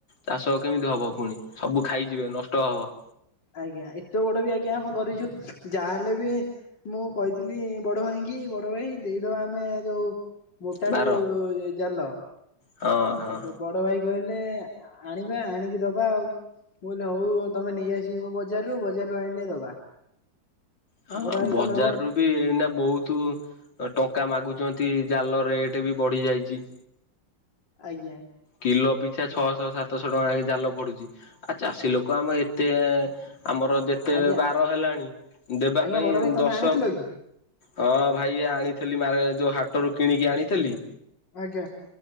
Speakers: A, on the left; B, on the left.
A: ଚାଷ କେମିତି ହବ ପୁଣି ସବୁ ଖାଇଯିବେ ନଷ୍ଟ ହବ।
B: ଆଜ୍ଞା ଏତେ ବଡ ବି ଆଜ୍ଞା ଆମେ କରିଚୁ ଯାହାହେଲେ ବି ମୁଁ କହିଥିଲି ବଡ ଭାଇଙ୍କି କି ବଡ ଭାଇ ଦେଇଦବା ଆମେ ଯୋଉ ମୋଟା
A: ବାର
B: ଯୋଉ ଏ ଜାଲ
A: ହଁ ହଁ।
B: ବ ବଡ ଭାଇ କହିଲେ ଲେ ଆଣିବା ଆଣିକି ଦବା ଆଉ। ମୁଁ କହିଲେ ହୋଉ ତମେ ନେଇଆସିବ ବଜାରରୁୁ ବଜାରରୁ ଆଣିଲେ ଦବା।
A: ହଁ
B: ବଡ ଭାଇ
A: ବଜାରରୁ
B: କହିଲେ ହଉ
A: ବି ଏଇନା ବୋହୁତ ଅ ଟଙ୍କା ମାଗୁ ଯେମିତି ଜାଲ ରେଟ୍ ବି ବଢ଼ିଯାଇଚି।
B: ଆଜ୍ଞା।
A: କିଲ ପିଛା ଛଅଶ ସାତଶ ଟଙ୍କାକି ଜାଲ ପଡୁଚି ଆ ଚାଷୀ ଲୋକ ଆମ ଏତେ ଆମର ଯେତେ
B: ଆଜ୍ଞା
A: ବାର ହେଲାଣି ଦେବା
B: ଆଜ୍ଞା
A: ପାଇଁ
B: ବଡ ଭାଇ ତମେ
A: ଦଶ
B: ଆଣିଥିଲ କି
A: ହଁ ଭାଇ ଆଣିଥିଲି ମାଳେ ଯୋଉ ହାଟରୁ କିଣିକି ଆଣିଥେଲି
B: ଆଜ୍ଞା।